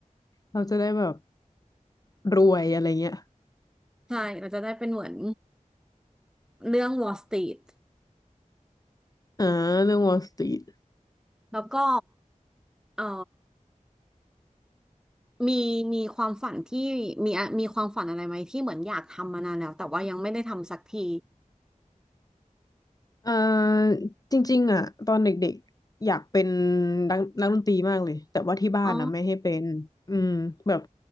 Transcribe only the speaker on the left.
เราจะได้แบบรวยอะไรเงี้ย
อ่าเรื่อง Wall Street
เอ่อจริงๆอ่ะตอนเด็กๆอยากเป็นนักนักดนตรีมากเลยแต่ว่าที่บ้านนะไม่ให้เป็นอืมแบบ